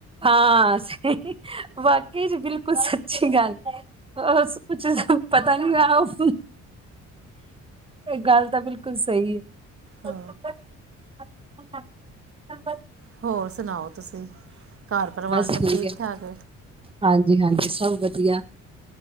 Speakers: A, on the right; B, on the right.
A: ਹਾਂ ਸਈ ਵਾਕੇਈ ਚ ਬਿਲਕੁਲ ਸੱਚੀ ਗੱਲ ਬਸ ਕੁਛ ਪਤਾ ਨਹੀ <unintelligible> ਉਸਨੂੰ ਇਹ ਗੱਲ ਤਾਂ ਬਿਲਕੁਲ ਸਹੀ ਹੈ।
B: ਹਾਂ
A: <inaudible>
B: ਹੋਰ ਸੁਣਾਓ ਤੁਸੀਂ? ਘਰ ਪਰਿਵਾਰ
A: ਬਸ
B: ਸਭ
A: ਠੀਕ ਹੈ
B: ਠਾਕ
A: ਹਾਂਜੀ-ਹਾਂਜੀ ਸਭ ਵਧੀਆ।